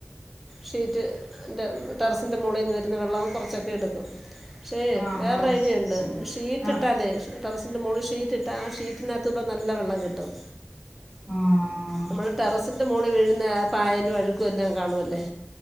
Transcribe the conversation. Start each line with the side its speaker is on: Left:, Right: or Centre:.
Centre: ഷീറ്റ് ൻ്റെ ടെറസിൻ്റെ മോളീന്ന് വരുന്ന വെള്ളവും കൊറച്ചൊക്കെ എടുക്കും പക്ഷേ
Right: ആഹ്
Centre: വേറെരു
Right: ആഹ്
Centre: ഐഡിയ ഇണ്ട് ഷീറ്റ്
Right: ആഹ്
Centre: ഇട്ടാലേ ടറസിന്റെ മോളിൽ ഷീറ്റ് ഇട്ടാ ആ ഷീറ്റിനകത്തൂടെ നല്ല വെള്ളം കിട്ടും
Right: ആഹ്
Centre: നമ്മള് ടെറസിന്റെ മോളി വീഴുന്ന പായലും അഴുക്കും എല്ലാം കാണുവല്ലേ